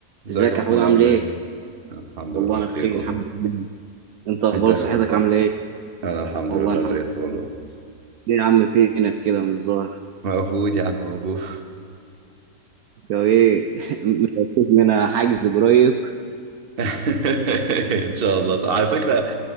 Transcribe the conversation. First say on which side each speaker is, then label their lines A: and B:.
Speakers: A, on the right; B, on the right.
A: ازيك
B: ازيك
A: يا محمود
B: يا حود عامل
A: عامل
B: ايه؟
A: ايه؟ الحمد
B: والله
A: لله
B: انا
A: بخير
B: بخير
A: والله
B: الحمد لله انت اخبارك
A: انت ايه
B: صحتك
A: اخبارك؟
B: عامله ايه؟
A: انا الحمد
B: والله
A: لله
B: الحمد
A: زي
B: لله
A: الفل والله.
B: ليه يا عم فينك كده مش ظاهر
A: موجود يا عم موجود
B: يا ايه <laughs> مش هتشوف منها حاجز قريب
A: <laughs> ان شاء الله صح. على فكرة